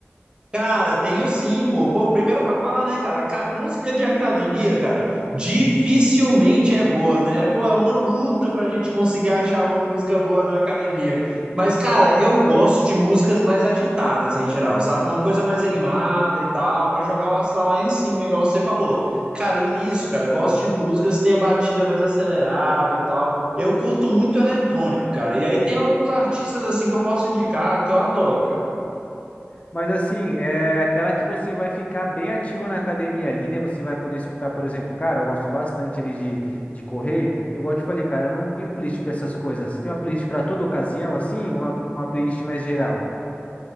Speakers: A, on the right; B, on the left.
A: Cara, tenho sim, pô. Pô, primeiro pra falar, né, cara? ca- Música de academia, cara, dificilmente é boa, né? Pô, é uma luta pra gente conseguir achar uma música boa na academia. Mas, cara, eu gosto de músicas mais agitadas em geral, sabe? Uma coisa mais animada e tal, pra jogar o astral lá em cima, igual você falou. Cara, e nisso, cara, eu gosto de músicas que tenham batida mais acelerada e tal. Eu curto muito eletrônico, cara. E aí tem alguns artistas assim que eu posso indicar que eu adoro, cara.
B: Mas assim, é aquela que você vai ficar bem ativo na academia ali, né? Você vai poder escutar, por exemplo, cara, eu gosto bastante ali de, de correr. E Igual eu te falei, cara, eu não tenho playlist para essas coisas. Você tem uma playlist para toda ocasião, assim, ou uma, pl- uma playlist mais geral?